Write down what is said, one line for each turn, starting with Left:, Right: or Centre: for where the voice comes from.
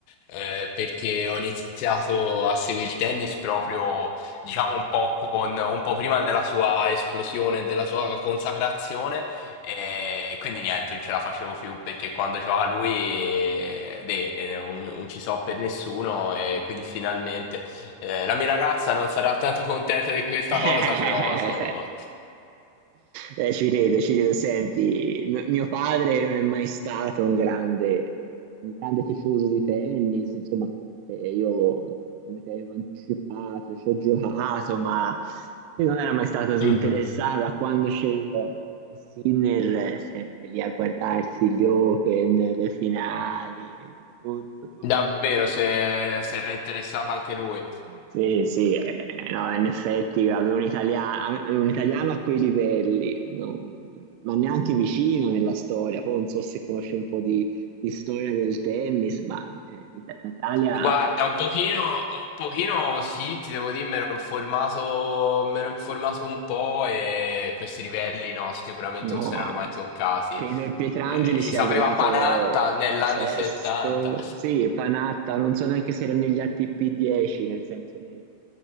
Left: eh, perché ho iniziato a seguire il tennis proprio, diciamo, un po', con, un po' prima della sua esplosione, e della sua consacrazione, e, e quindi niente, non ce la facevo più perché quando c'era lui eh, de- eh, non, non ci so per nessuno e quindi finalmente eh, la mia ragazza non sarà tanto contenta di questa
Right: <laughs>
Left: cosa, però so...
Right: Eh, ci rido, ci rido. Senti, m- mio padre non è mai stato un grande, un grande tifoso di tennis, insomma, eh, io, come ti avevo anticipato, ci ho giocato, ma lui non era mai stato così
Left: Mhm.
Right: interessato da quando c'è Sinner, eh, sempre lì a guardarsi gli Open, le finali, tutto, tutto.
Left: Davvero, se, se era interessato anche lui.
Right: Sì, sì, eh, no, in effetti avere un italiano, un italiano a quei livelli, non, non neanche vicino nella storia. Poi non so se conosci un po' di, di storia del tennis, ma cioè, l'Ita- l'Italia
Left: Guarda,
Right: ha fatto...
Left: un pochino, un pochino sì, ti devo dire, mi ero informato, mi ero informato un po' e questi livelli no, sicuramente
Right: No,
Left: non si erano mai toccati.
Right: credo il Pietrangeli
Left: Eh, ci
Right: sia
Left: sapeva
Right: arrivato
Left: Panatta negli
Right: sesto,
Left: anni 70.
Right: sì, Panatta, non so neanche se era negli ATP 10, nel senso nei,